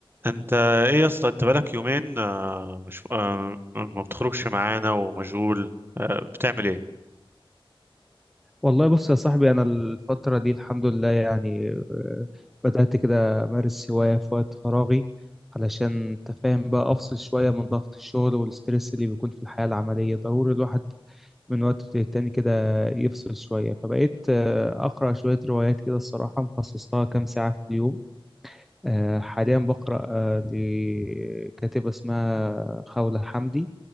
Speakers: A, on the right (about 25°); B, in the centre.
A: انت ايه يا اسطى انت بقالك يومين آه، مش آه، ما بتخرجش معانا ومشغول آه، بتعمل ايه
B: والله بص يا صاحبي أنا الفترة دي الحمد لله يعني آه، بدأت كده أمارس هواية في وقت فراغي علشان أنت فاهم بقى أفصل شوية من ضغط الشغل والسترس اللي بيكون في الحياة العملية ضروري الواحد من وقت للتاني كده يفصل شوية فبقيت آه، أقرأ شوية روايات كده الصراحة مخصص لها كام ساعة في اليوم آه، حاليا بقرأ آه، لكاتبة اسمها خولة حمدي